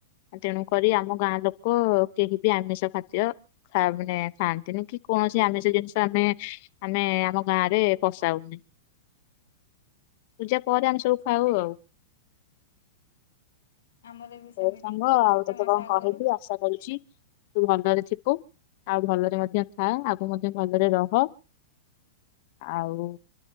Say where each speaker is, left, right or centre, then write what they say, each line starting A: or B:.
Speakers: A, on the left (about 55°); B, on the left (about 80°).
A: ତେଣୁକରି ଆମ ଗାଁ ଲୋକ କେହି ବି ଆମିଷ ଖାଦ୍ୟ ମାନେ ଖାଆନ୍ତିନି କି କୌଣସି ଆମିଷ ଜିନିଷ ଆମେ ଆମେ ଆମ ଗାଁରେ ବସାଉନି ପୂଜା ପରେ ଆମେ ସବୁ ଖାଉ ଆଉ
B: ଆମର ବି ସେମିତି
A: ହଉ ସାଙ୍ଗ
B: ଗୋଟେ
A: ଆଉ ତୋତେ
B: ମାସ
A: କଣ
B: ଆଗରୁ
A: କହିବି ଆଶା କରୁଛି ତୁ ଭଲରେ ଥିବୁ ଆଉ ଭଲରେ ମଧ୍ୟ ଥା ଆଗକୁ ମଧ୍ୟ ଭଲରେ ରହ ଆଉ